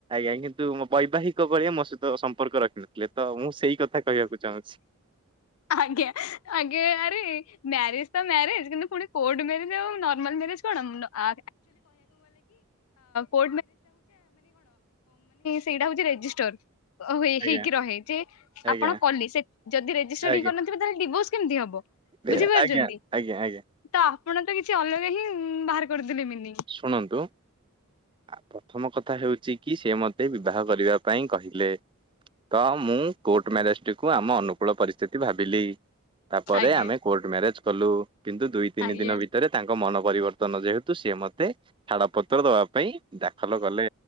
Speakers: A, on the right (about 25°); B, on the left (about 75°).
A: ଆଞ କିନ୍ତୁ ମୋ ବୈବାହିକ କଳିଆ ମୋ ସହିତ ସମ୍ପର୍କ ରଖିିନଥିଲେ ତ ମୁ ସେଇ କଥା କହିବାକୁ ଚାହୁଁଛି
B: ଆଜ୍ଞା ଆଜ୍ଞା ଆରେ ମ୍ୟାରେଜ ତ ମ୍ୟାରେଜ କିନ୍ତୁ ପୁଣି କୋଟ ମ୍ୟଜ ଆଉ ନର୍ମାଲ କ ଗଲୋ ହ କ ସେଇଟା ହଉଛି ରେଜିଷ୍ଟୋର
A: ଆଜ୍ଞା
B: ହେଇକି ରହେ ଯେ
A: ଆଜ୍ଞା
B: ଆପଣ କଲେ ଯଦି ରେଜିଷ୍ଟର
A: ଆଜ୍ଞା।
B: ହି କରିନଥିବେ ତାହେଲେ ଡିଭୋର୍ସ କେମିତି ହବ
A: ଏ,
B: ବୁଝିପାରୁ
A: ଆଜ୍ଞା
B: ଯଛନ୍ତି
A: ଆଜ୍ଞା ଆଜ୍ଞା
B: ତା ଆପଣ ତ କିଛି ଅଲଗା ହିଁ ବାହାର କରିଦେଲେ ମିନି
A: ଶୁଣନ୍ତୁ ଆ, ପ୍ରଥମ କଥା ହେଉଛି କି ସେ ମୋତେ ବିବାହ କରିବା ପାଇଁ କହିଲେ ତ ମୁଁ କୋର୍ଟ ମଜିଷ୍ଟ୍ରି କୁ ଆମ ଅନୁକୂଳ ପରିସ୍ଥିତି ଭାବିଲି ତାପରେ
B: ଆଜ୍ଞା
A: ଆମେ କୋର୍ଟ ମ୍ୟାରେଜ କଲୁ କିନ୍ତୁ ଦୁଇ ତିନି
B: ଆଜ୍ଞା
A: ଦିନ ଭିତରେ ତାଙ୍କ ମନ ପରିବର୍ତ୍ତନ ଯେହେତୁ ସି ମତେ ଛାଡ଼ ପତ୍ର ଦବା ପାଇଁ ଦାଖଲ ଗଲେ